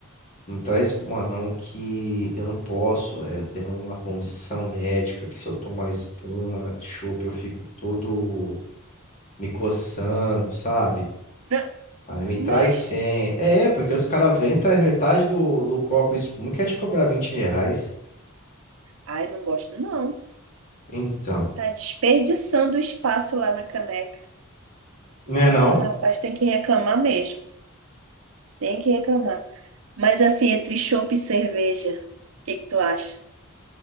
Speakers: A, on the left; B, on the right.
A: não traz espuma não, que eu não posso, eh, eu tenho uma condição médica que se eu tomar espuma de chopp, eu fico todo. me coçando, sabe?
B: Não,
A: Aí me traz
B: Mas,
A: 100. É, porque os caras vêm, traz metade do, do copo espuma e quer te cobrar 20 reais.
B: ai, não gosto não.
A: Então,
B: Tá desperdiçando o espaço lá na caneca.
A: né
B: Mas,
A: não?
B: rapaz, tem que reclamar mesmo. Tem que reclamar. Mas assim, entre chopp e cerveja, o que que tu acha?